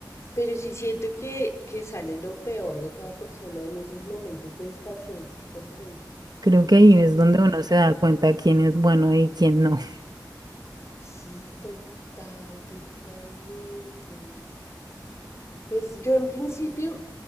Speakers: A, on the left (about 40°); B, on the right (about 60°).
A: Pero sí siento que, que sale lo peor de cada persona en esos momentos de escasez completa.
B: Creo que ahí es donde
A: Eh,
B: uno se da cuenta quién es bueno y quién no. <laughs>
A: sí, total, totalmente. Pues yo en principio,